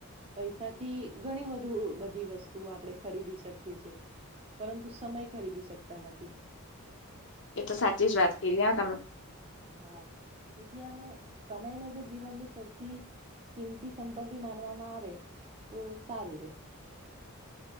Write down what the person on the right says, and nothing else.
પૈસાથી ઘણી બધુ બધી વસ્તુ આપણે ખરીદી શકીએ છે. પરંતુ સમય ખરીદી શકતા નથી
હા એથી આમ સમય ને જો જીવનની સૌથી કિંમતી સંબંધી માનવામાં આવે તો સારું રહેે <inaudible>